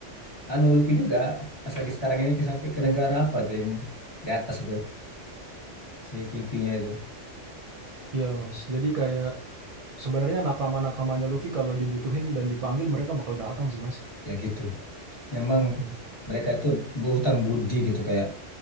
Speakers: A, on the left; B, on the right.
A: anu Luffy juga pas lagi sekarang ini ke sampai ke negara apa tuh yang di atas itu si pipinya itu
B: Iya mas. Jadi kayak Sebenarnya nakama-nakamanya Luffy kalau dibutuhin dan dipanggil mereka bakal datang sih Mas.
A: ya gitu memang
B: Mm-mm.
A: mereka itu berhutang budi gitu kayak